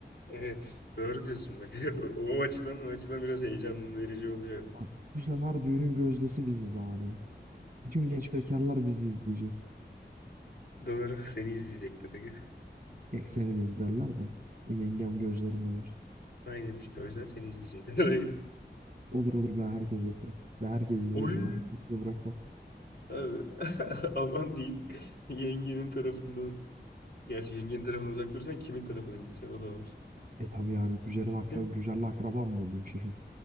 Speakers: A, on the left (about 55°); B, on the right (about 45°).
A: Evet. Doğru diyorsun bak. Evet, o, o açıdan o açıdan biraz heyecan verici oluyor.
B: Bak bu sefer düğünün gözdesi biziz abi. Bütün genç bekarlar bizi izleyecek.
A: Doğru. Seni izleyecekler. aga.
B: Ya seni de izlerler de. E, yengem gözlerini oyar.
A: Aynen işte o yüzden seni izleyecekler.
B: Olur olur ben herkese yeterim. Ve herkes
A: <laughs>
B: izlerim
A: Oy.
B: ben. Sizi bırakmam.
A: Abi <laughs> aman diyeyim yengenin tarafından gerçi yengenin tarafından uzak durursan kimin tarafına gideceksin o da var.
B: E tabii yani güzelin akraba,
A: <laughs>
B: güzelle akrabam mı olayım şefim?